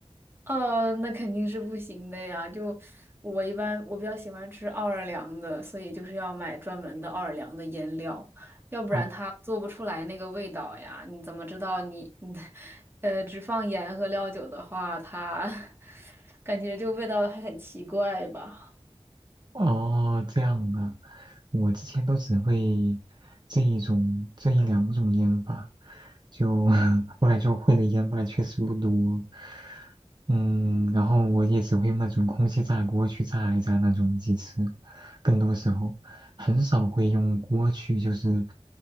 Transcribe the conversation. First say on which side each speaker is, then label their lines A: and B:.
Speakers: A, on the right; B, on the right.
A: 呃，那肯定是不行的呀。就我一般，我比较喜欢吃奥尔良的，所以就是要买专门的奥尔良的腌料，要不然它做不出来那个味道呀。
B: 哦
A: 你怎么知道你你 <laughs> 呃只放盐和料酒的话，它 <laughs> 感觉就味道还很奇怪吧？
B: 哦，这样啊，我之前都只会这一种这一两种烟法，就 <laughs> 后来就 <laughs> 会的烟法确实不多。嗯，然后我也只会用那种空气炸锅去炸一炸那种鸡翅，更多时候很少会用锅去就是